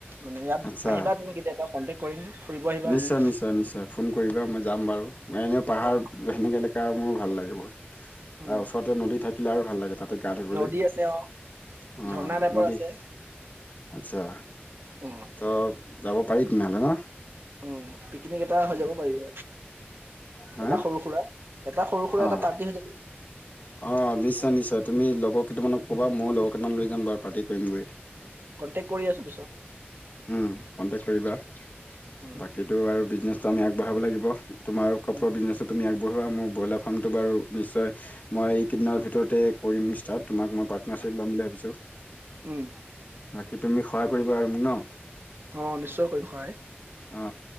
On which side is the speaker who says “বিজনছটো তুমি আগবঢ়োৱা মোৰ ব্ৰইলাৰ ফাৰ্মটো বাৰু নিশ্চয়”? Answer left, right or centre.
Left